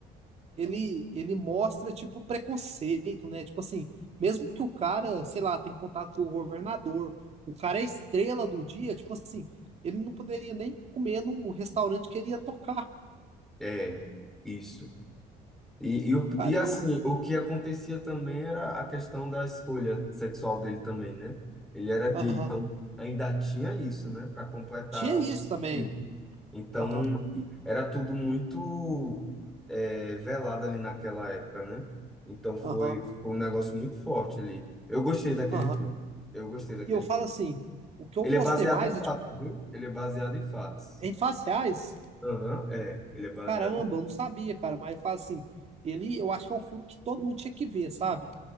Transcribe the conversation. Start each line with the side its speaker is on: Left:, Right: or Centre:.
Right: ele, ele mostra, tipo, preconceito, né? Tipo assim, mesmo que o cara, sei lá, tem contato com o governador, o cara é estrela do dia, tipo assim, ele não poderia nem comer no restaurante que ele ia tocar.
Centre: É, isso. E, e, o-
Right: Cara,
Centre: e assim,
Right: eu.
Centre: o que acontecia também era a questão da escolha sexual dele também, né? Ele era gay,
Right: Aham.
Centre: então ainda tinha isso, né? Para completar
Right: Tinha isso
Centre: o
Right: também.
Centre: ciclo. Então,
Right: Aham. E,
Centre: era tudo muito eh, velado ali naquela época, né? Então, foi,
Right: aham.
Centre: foi um negócio muito forte ali. Eu gostei daquele
Right: Aham.
Centre: filme. Eu gostei daquele
Right: E eu falo
Centre: filme.
Right: assim, o que eu
Centre: Ele
Right: gostei
Centre: é baseado
Right: mais
Centre: em fatos,
Right: é, tipo,
Centre: viu? Ele é baseado em fatos.
Right: em fases reais,
Centre: Aham, é. Ele é baseado
Right: caramba,
Centre: em...
Right: eu não sabia, cara, mas eu falo assim, ele, eu acho que é um filme que todo mundo tinha que ver, sabe?